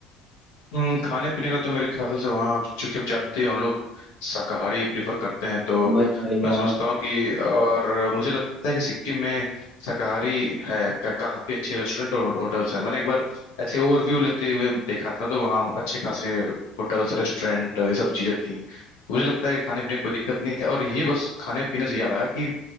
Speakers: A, on the left; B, on the left.
A: हम्म, खाने पीने का तो मेरे ख्याल से वहाँ चूंकि आप जानते हो हम लोग शाकाहारी प्रेफर करते हैं तो
B: वही वही
A: मैं
B: यार
A: समझता हूँ कि और मुझे लगता है कि सिक्किम में शाकाहारी है का, काफी अच्छे रेस्टोरेंट और हो, होटल्स हैं मैंने एक बार ऐसे ओवरव्यू लेते हुए देखा था तो वहाँ अच्छे खासे होटल्स रेस्टोरेंट ये सब चीजें थी तो मुझे लगता है कि खाने पीने की कोई दिक्कत नहीं है और ये बस खाने पीने से याद आया कि